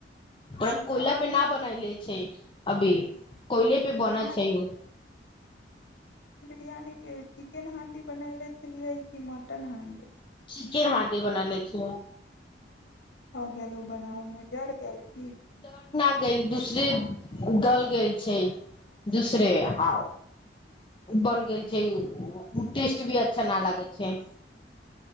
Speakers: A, on the left; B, on the left.
A: पर हम
B: तऽ
A: कोयला
B: अहाँ
A: पे न बनैले छै अभी कोयले पे बन
B: तऽ अहाँ
A: छै ओ
B: यानीक चिकेन हांडी बनले छलियै कि मटन हांडी
A: चिकेन हांडी बना ले छीयै
B: गेलो बनाव में जड़ गेल की
A: जरना गेल दूसरे गल गेल छै दूसरे आ बन गेल छै टेस्ट भी अच्छा न लागै छै